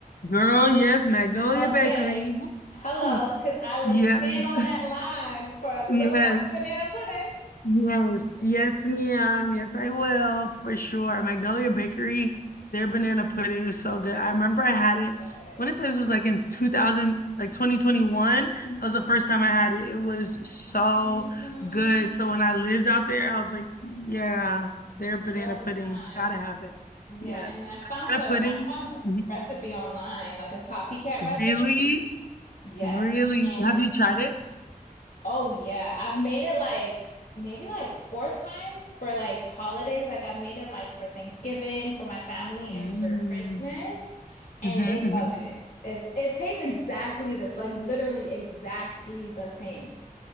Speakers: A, on the left; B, on the left.
A: Girl, yes, Magnolia
B: Okay.
A: Bakery. Woo.
B: Hello, because I would
A: Yes,
B: stand on that line for a little
A: <laughs> yes.
B: cup of banana pudding.
A: Yes, yes,
B: <laughs>
A: ma'am. Yes, I will for sure. Magnolia Bakery, their banana pudding is so good. I remember I had it
B: Good.
A: when it says it was like in 2000, like 2021. That
B: Mhm.
A: was the first time I had it. It was so
B: hmm
A: good. So when I lived out there, I was like, yeah, their banana
B: All the
A: pudding,
B: time.
A: gotta have it.
B: Yeah,
A: Yeah,
B: and I found
A: banana
B: a
A: pudding.
B: I found a
A: Mhm.
B: recipe online, like a copycat
A: Really,
B: recipe. Yes.
A: really.
B: And
A: Have you tried it?
B: oh yeah, I've made it like maybe like four times for like holidays. Like I've made it like for Thanksgiving, for my family,
A: Mm-hmm,
B: and for Christmas, and
A: hmm
B: they love it. It's it tastes exactly this, like literally exactly the same.